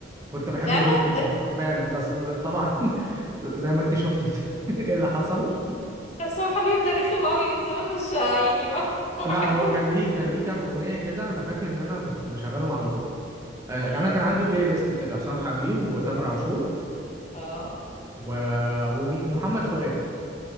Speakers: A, on the right; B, on the left.
A: كنت بحبه
B: فعلا
A: جدا
B: <laughs>
A: فعلا بس ال- طبعا <laughs> زي ما انت شفتي <laughs> ايه اللي حصل
B: بس هو حبيب ده رخم قوي من زمان مش يعني ما, <laughs> ما
A: لا
B: بحبوش
A: هو كان ليه كان ليه كام اغنيه كده انا فاكر ان انا كنت بشغلهم على طول آه، يعني
B: امم
A: انا كان عندي بلاي ليست كده حسام حبيب وتامر عاشور
B: اه
A: و... ومي... ومحمد فؤاد